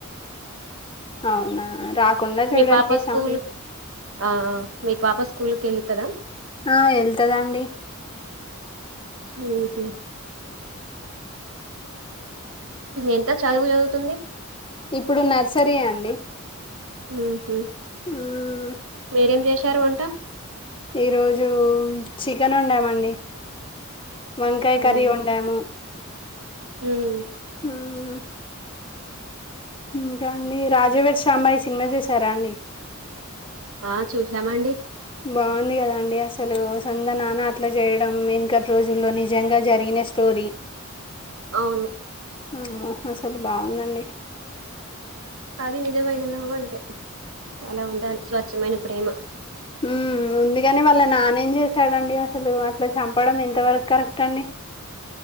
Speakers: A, on the left (about 25°); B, on the right (about 75°).
A: అవునా రాకుండా చూడండి
B: మీ పాప స్కూల్
A: సౌండ్.
B: ఆ మీ పాప స్కూల్కెళ్తద.
A: ఆ వెళ్తదండి.
B: ఉహు. ఎంత చదువు చదువుతుంది
A: ఇప్పుడు నర్సరీ అండి.
B: ఉమ్. ఉ
A: మ్మ్
B: మేరేం జేష్. సర ఉంట.
A: ఈరోజు చికెన్ వొండామండి. వంకాయ
B: ఉమ్
A: కర్రీ వండాము.
B: ఉమ్
A: హుమ్. ఇకాండి రాజవడ్చ్. సాంబాయి సినిమా చూసారా అండి.
B: ఆ చూసామండి.
A: బాంధిగదండీ అస్. అసలు సొంద నాన్న అట్లా చేయడం ఇంక. రోజుల్లో నిజంగా జరిగిన స్టోరీ.
B: అవును.
A: అమ్మో అసల్ బాదండి.
B: అది నిజమైన లవ్ అంటే. అలా ఉండాలి స్వచ్ఛమైన. ప్రేమ.
A: ఉమ్ ఉంది గాని వాళ్ళ నానేం చేశాడండి అసలు అట్లా చంపడం ఎంత వరకు కరెక్ట్ అండి.